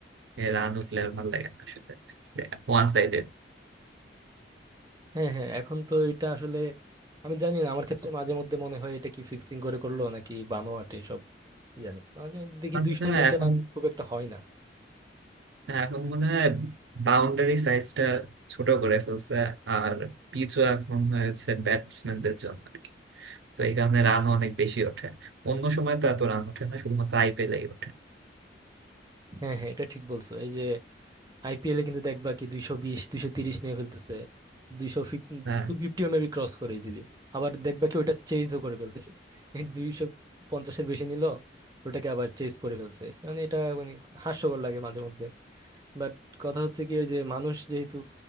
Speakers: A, on the right (about 80°); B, on the right (about 20°).
A: রান উঠলে আর ভালো লাগে না আসলে One sided
B: হ্যাঁ হ্যাঁ এখন তো এটা আসলে আমি জানি না আমার ক্ষেত্রে মাঝে মধ্যে মনে হয় এটা কি ফিক্সিং করে করলো নাকি বানোয়াট সব জানি মাঝে মধ্যে দেখি
A: আমার
B: দুইশোর
A: মনে হয়
B: নিচে
A: এখন
B: রান খুব একটা হয় না
A: এখন মনে হয় বাউন্ডারি সাইজটা ছোট করে ফেলছে আর পিচও এখন হয়েছে ব্যাটসম্যানদের জন্য আর কি তো এই কারণে রানও অনেক বেশি ওঠে অন্য সময় তো এত রান ওঠে না শুধুমাত্র আইপিএলেই ওঠে
B: হ্যাঁ হ্যাঁ এটা ঠিক বলছো এই যে আইপিএলে কিন্তু দেখবা কি দুইশো বিশ দুইশো তিরিশ নিয়ে ফেলতেছে দুইশো ফিফটি
A: হ্যাঁ
B: টু ফিফটিও মেবি ক্রস করে ইজিলি আবার দেখবা কি ওটা চেঞ্জও করে ফেলতেছে এই দুইশো পঞ্চাশের বেশি নিল ওটাকে আবার চেঞ্জ করে ফেলছে মানে এটা মানে হাস্যকর লাগে মাঝে মধ্যে বাট কথা হচ্ছে কি ওই যে মানুষ যেহেতু